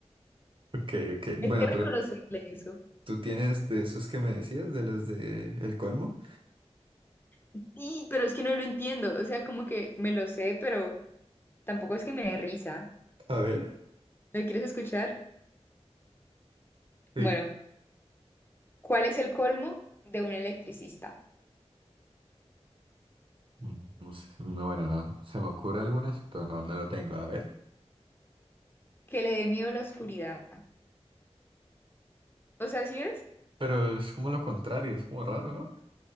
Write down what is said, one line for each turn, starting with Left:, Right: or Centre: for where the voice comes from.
Right: Ok, ok. Bueno,
Left: Hay que reconocerle
Right: pero
Left: eso.
Right: tú tienes de esos que me decías, de los de El Colmo.
Left: Sí, pero es que no lo entiendo. O sea, como que me lo sé, pero tampoco es que me dé risa.
Right: A ver.
Left: ¿Lo quieres escuchar?
Right: Sí.
Left: Bueno. ¿Cuál es el colmo de un electricista?
Right: Mm, no sé, no, bueno, no, se me ocurre algunas, pero no, no lo tengo, a ver.
Left: Que le dé miedo la oscuridad. O sea, ¿sí es?
Right: Pero es como lo contrario, es como raro, ¿no?